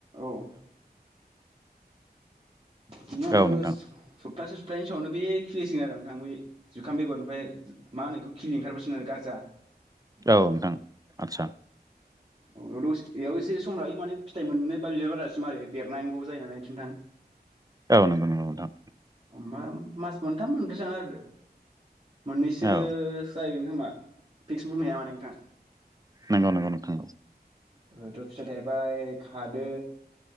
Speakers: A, on the right; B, on the right.
A: औ बिनि उनावनो
B: औ नोंथां
A: सबथासे सबथानै सामावनो बे खिलिसिगोन आरो नोंथां बै जुखाम बेगरनिफ्राय मा होनो बेखौ खिलि ओंखारबोसिगोन आरो गाजा। <inaudible>
B: औ नोंथां आतचा
A: औ बेयाव एसे सम लायो मानि फिथाइ मोननो बा बिबार बारानायसिम आरो देरनांगौ जायो नालाय नोंथां <inaudible>
B: औ नोंगौ नोंगौ नोंथां
A: उम मास मोनथाम मोनब्रैसो जानो आरो मोननैसो
B: औ
A: जायो फिक्स बुंनो हाया माने नोंथां।
B: नंगौ नंगौ नोंथां
A: ओ थ' फिथाय थायबाइ खादो